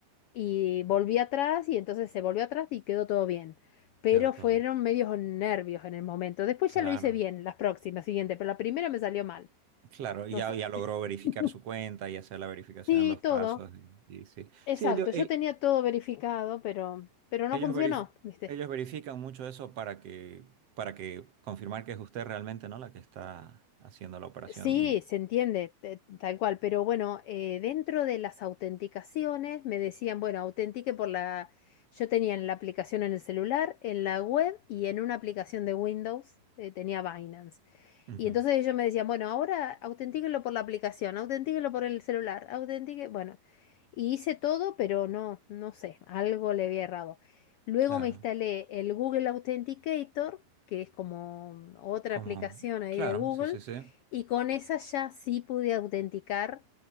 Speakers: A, on the left; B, on the right.
A: y volví atrás y entonces se volvió atrás y quedó todo bien. Pero
B: quedó todo.
A: fueron medios nervios en el momento. Después
B: Claro,
A: ya lo hice bien, las próximas, siguiente, pero la primera me salió mal.
B: claro, y
A: No
B: ya,
A: sé.
B: ya logró verificar
A: <laughs>
B: su cuenta y hacer la verificación
A: Sí,
B: en dos pasos
A: todo.
B: y, y sí.
A: Exacto.
B: Sí, ellos,
A: Yo tenía todo verificado, pero, pero no
B: Ellos
A: funcionó,
B: verif-
A: ¿viste?
B: ellos verifican mucho eso para que, para que confirmar que es usted realmente, ¿no? La que está haciendo la operación
A: Sí,
B: y...
A: se entiende, te- tal cual, pero bueno, eh, dentro de las autenticaciones me decían, bueno, autentique por la... Yo tenía en la aplicación en el celular, en la web y en una aplicación de Windows, eh, tenía Binance.
B: Ujú.
A: Y entonces ellos me decían, bueno, ahora autentíquenlo por la aplicación, autentíquenlo por el celular, autentique, bueno. Y hice todo, pero no, no sé, algo le había errado. Luego
B: Claro,
A: me instalé el Google Authenticator, que es como otra
B: como...
A: aplicación ahí
B: Claro,
A: de Google,
B: sí, sí, sí,
A: y con esa ya sí pude autenticar.